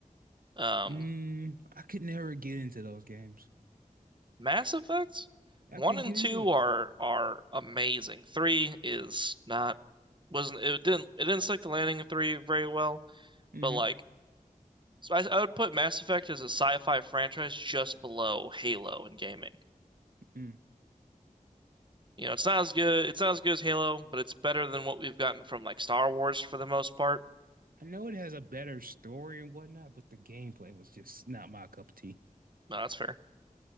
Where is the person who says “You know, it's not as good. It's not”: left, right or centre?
Right